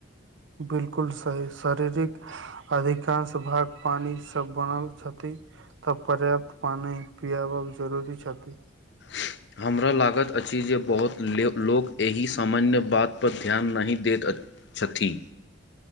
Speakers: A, on the right; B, on the left.
A: बिलकुल सही शारीरिक अधिकांश भाग पानी स बनल छथि तब पर्याप्त पानी पियाबल जरूरी छथि
B: <inaudible> हमरा लागैत अछि जे बहुत लोक एहि सामान्य बातपर ध्यान नहि दैत छथि